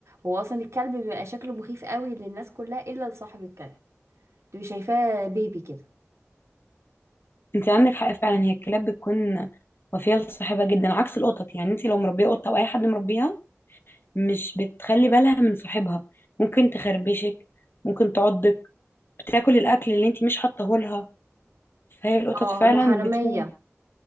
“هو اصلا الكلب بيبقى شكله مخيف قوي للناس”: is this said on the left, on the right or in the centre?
Right